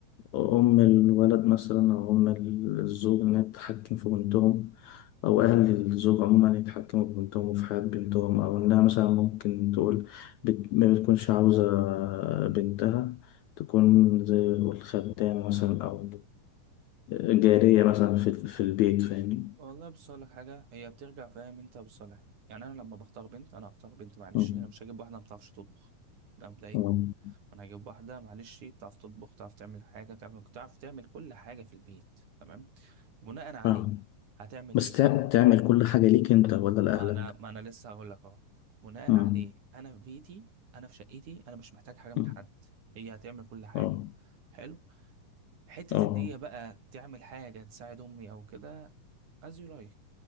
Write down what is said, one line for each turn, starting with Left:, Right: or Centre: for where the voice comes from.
Left: أم الولد مثلا أو أم الزوج إنها تتحكم في بنتهم أو أهل الزوج عموما يتحكموا في بنتهم وفي حياة بنتهم أو إنها مثلا ممكن تقول بت... ما بتكونش عاوزة بنتها تكون زي الخدامة مثلا أو جارية مثلا في, في البيت فاهمني؟
Right: والله بص أقول لك حاجة هي بترجع فاهم أنت بصالح يعني أنا لما بختار بنت أنا هختار بنت معلش
Left: مم.
Right: أنا مش هجيب واحدة ما بتعرفش تطبخ ده مبدئيا
Left: مم.
Right: أنا هجيب واحدة معلش بتعرف تطبخ تعرف تعمل حاجة تعمل تعرف تعمل كل حاجة في البيت تمام بناء عليه
Left: فاهم.
Right: هتعمل
Left: بس
Right: إيه
Left: تع- تعمل كل حاجة ليك أنت ولا لأهلك؟
Right: ما انا ما انا لسه هقول لك اهو بناء
Left: مم.
Right: عليه انا في بيتي انا في شقتي انا مش محتاج حاجه من
Left: مم.
Right: حد هي هتعمل كل حاجه
Left: أه
Right: حلو حته
Left: أه
Right: ان هي بقى تعمل حاجه تساعد امي او كده as you like